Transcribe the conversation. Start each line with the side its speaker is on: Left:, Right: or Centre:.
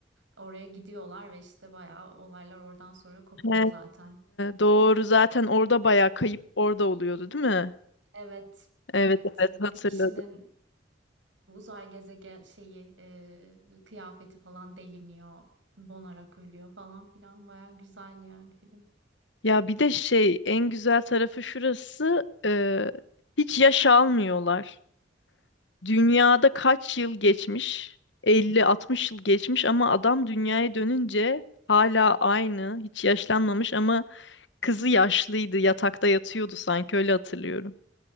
Right: Oraya gidiyorlar ve işte bayağı olaylar oradan sonra kopuyor
Left: He,
Right: zaten.
Left: doğru zaten orada bayağı kayıp orada oluyordu değil mi?
Right: Evet.
Left: Evet
Right: Evet.
Left: evet hatırladım.
Right: Bir kişinin uzay gezegen şeyi e, kıyafeti falan deliniyor, donarak ölüyor falan filan. Baya güzel yani film.
Left: Ya bir de şey en güzel tarafı şurası e, hiç yaş almıyorlar. Dünyada kaç yıl geçmiş? 50-60 yıl geçmiş ama adam dünyaya dönünce hala aynı, hiç yaşlanmamış ama kızı yaşlıydı, yatakta yatıyordu sanki öyle hatırlıyorum.